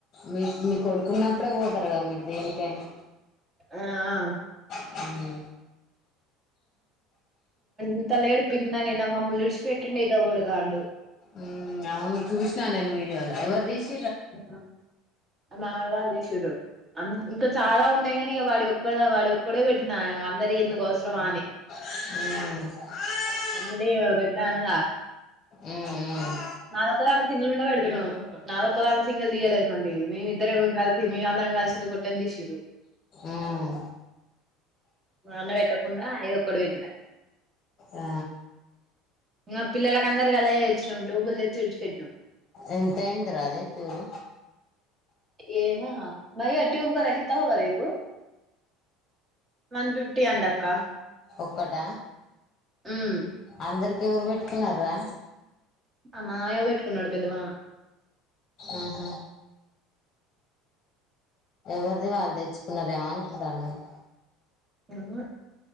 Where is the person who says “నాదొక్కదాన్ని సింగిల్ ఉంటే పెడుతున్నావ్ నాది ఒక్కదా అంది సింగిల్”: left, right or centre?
Right